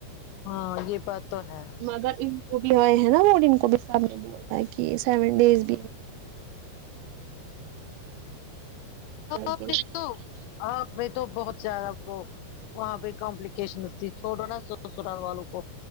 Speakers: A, on the left; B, on the right.
A: ہاں یہ بات تو ہے
B: مگر ان کو بھی ہوئے نا وہ ان کو بھی سب نے بولا ہے کہ سیون ڈیز بھی
A: آپ
B: <unintelligible> ب
A: نے تو آپ میں تو بہت زیادہ وہ وہاں پہ کمپلیکیشن تھی چھوڑو نا سو سرال والوں کو